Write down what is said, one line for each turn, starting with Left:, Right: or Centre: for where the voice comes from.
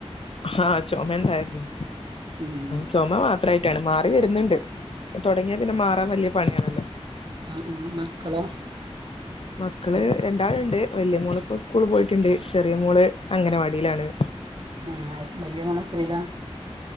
Left: ആഹ് ചുമ ഉണ്ടായിരുന്നു
Right: ഉം
Left: ചുമ മാത്രായി ട്ടാണ് മാറി വരുന്നുണ്ട് തൊടങ്ങിയാൽ പിന്നെ മാറാൻ വല്യെ പണിയാണല്ലോ
Right: ആഹ് ആഹ് മക്കളോ
Left: മക്കള്
Right: മക്ക
Left: രണ്ടാള്ണ്ട് വല്യെ മോളിപ്പോ സ്കൂള് പോയിട്ട്ണ്ട് ചെറിയ മോള് അങ്ങനവാടിയിലാണ്
Right: ആഹ് ആയെ വല്ല്യെ മോള് എത്രിലാ